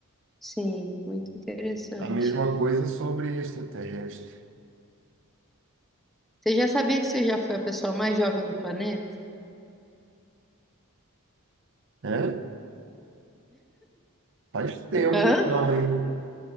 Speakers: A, in the centre; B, on the right.
A: Sim, muito interessante.
B: A mesma coisa sobre extraterrestre,
A: Você já sabia que você já foi a pessoa mais jovem do planeta?
B: né? Faz tempo,
A: Hã?
B: não, hein?